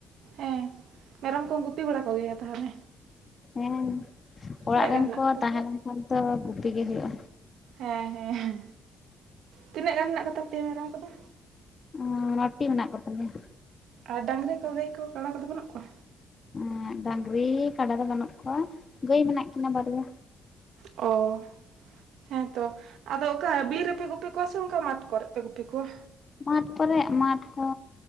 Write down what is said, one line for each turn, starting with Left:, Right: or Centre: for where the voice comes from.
Right: ᱦᱮᱸ ᱢᱮᱨᱚᱢ ᱠᱚᱢ ᱜᱩᱯᱤ ᱵᱟᱲᱟ ᱠᱚ ᱜᱮᱭᱟ ᱛᱟᱦᱚᱞᱮ?
Left: ᱦᱮᱸ ᱚᱲᱟᱜ
Right: ᱛᱤᱱᱟᱹᱜ
Left: ᱨᱮᱱ
Right: ᱜᱟᱱ ᱦᱮᱱᱟᱜ
Left: ᱠᱚ
Right: ᱠᱚᱛᱟᱯᱮᱭᱟ
Left: ᱛᱟᱦᱮᱸ ᱞᱮᱱ ᱠᱷᱟᱱ ᱫᱚ ᱜᱩᱯᱤ ᱜᱮ ᱦᱩᱭᱩᱜᱼᱟ᱾
Right: ᱦᱮᱸ ᱦᱮᱸ ᱛᱤᱱᱟᱹᱜ ᱜᱟᱱ ᱦᱮᱱᱟᱜ ᱠᱚᱛᱟ ᱯᱮᱭᱟ ᱢᱮᱨᱚᱢ ᱠᱚᱫᱚ?
Left: ᱦᱚᱸ ᱱᱚᱴᱤ ᱢᱮᱱᱟᱜ ᱠᱚ ᱛᱟᱞᱮᱭᱟ᱾
Right: ᱟᱨ ᱰᱟᱝᱨᱤ ᱠᱚ ᱜᱟᱹᱭ ᱠᱚ ᱠᱟᱰᱟ ᱠᱚᱫᱚ ᱵᱟᱹᱱᱩᱜ ᱠᱚᱣᱟ
Left: ᱦᱮᱸᱜ ᱰᱟᱝᱨᱤ ᱠᱟᱰᱟ ᱫᱚ ᱵᱟᱹᱱᱩᱜ ᱠᱚᱣᱟ ᱜᱟᱹᱭ ᱢᱮᱱᱟᱜ ᱠᱤᱱᱟᱹ ᱵᱟᱨᱭᱟ
Right: ᱚ ᱦᱮᱸ ᱛᱚ ᱟᱫᱚ ᱚᱠᱟ ᱵᱤᱨ ᱨᱮᱯᱮ ᱜᱩᱯᱤ ᱠᱚᱣᱟ ᱥᱮ ᱚᱱᱠᱟ ᱢᱟᱴᱷ ᱠᱚᱨᱮ ᱯᱮ ᱜᱩᱯᱤ ᱠᱚᱣᱟ
Left: ᱢᱟᱴᱷ ᱠᱚᱨᱮ ᱢᱟᱴ ᱠᱚ